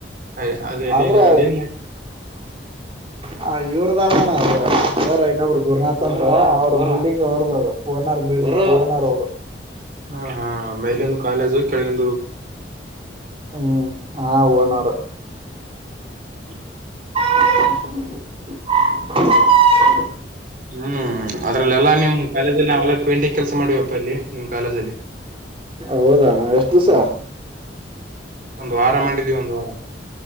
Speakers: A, on the right; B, on the right.
A: ಅ ಅದ ಅಲ್ಲಿ
B: ಅಂದ್ರ
A: ಅಲ್ಲಿ <inaudible> <unintelligible>
B: ಹ ಇವ್ರದದಣ ಅ ಸಾರ ಇನ್ನೊಬ್್ರ ಗುರುನಾಥ್ ಅಂತ ಅವ್ರ ಬಿಲ್ಡಿಂಗ್ ಅವ್ರದ ಅದು ಓನ್ ಶಿವನ ಅವರು
A: ಹಾ ಹಾ ಮೇಲ ಒಂದು ಕಾಲೇಜು ಕೆಳಗ
B: ಹ್ಮ್ ಹಾ ಒನ್ ಅವರ
A: <inaudible> <unintelligible>
B: <inaudible> <unintelligible>
A: ಹ್ಮ್ ಅದ್ರಲ್ಲೆಲ್ಲಾ ನಿಮ್ ಕಾಲೇಜಲ್ಲಿ ನಾವೆಲ್ಲ ಪೇಂಟಿಂಗ್ ಕೆಲಸ ಮಾಡ್ಪ್ಪ ಇಲ್ಲಿ ನಿಮ್ ಕಾಲೇಜಲ್ಲಿ
B: ಹೌದಣ ಎಷ್ಟ ದಿವಸ
A: ಒಂದ್ ವಾರ ಮಾಡಿದೀವಿ ಒಂದ್ ವಾರ